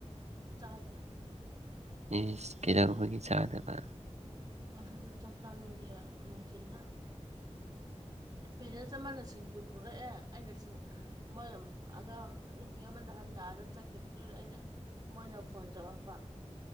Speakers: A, on the right (about 35°); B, on the right (about 65°).
A: ꯏ <unintelligible>
B: ꯏꯁ ꯀꯩꯗꯧꯕꯒꯤ ꯆꯥꯗꯕ
A: ꯍꯧꯖꯤꯛꯁꯨ ꯆꯥꯛ ꯆꯅꯤꯡꯗꯦ ꯅꯨꯡꯊꯤꯟꯗ ꯄꯦꯔꯦꯟꯁ ꯑꯃꯅ ꯁꯤꯡꯖꯨ ꯄꯨꯔꯛꯑꯦ ꯑꯩꯅ ꯁꯤꯡ ꯃꯣꯏ ꯑꯉꯥꯡ ꯅꯨꯄꯤ ꯑꯃ ꯅꯥꯍꯟ ꯅꯥꯔ ꯆꯠꯈꯤꯕꯗꯨꯗ ꯑꯩꯅ ꯃꯣꯏꯅ ꯐꯣꯟ ꯇꯔꯛꯄ